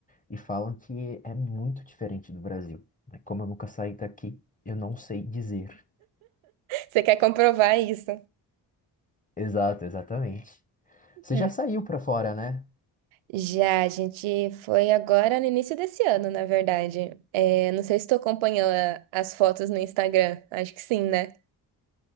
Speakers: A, on the left (about 15°); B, on the right (about 80°).
A: e falam que é muito diferente do Brasil. né? Como eu nunca saí daqui, eu não sei dizer.
B: Você quer comprovar isso?
A: Exato, exatamente. Você
B: É.
A: já saiu para fora, né?
B: Já, a gente foi agora no início desse ano, na verdade. É, não sei se tu acompanhou a- as fotos no Instagram. Acho que sim, né?